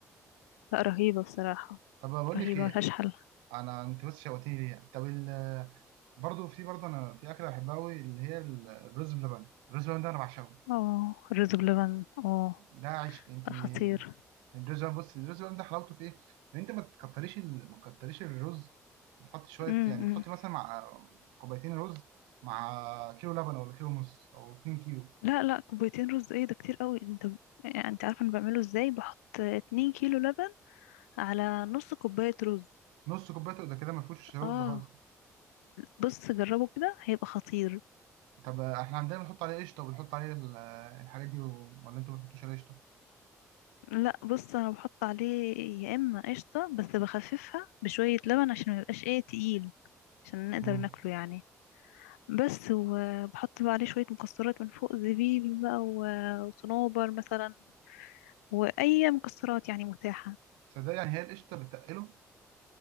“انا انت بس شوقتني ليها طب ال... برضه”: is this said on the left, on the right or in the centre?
Right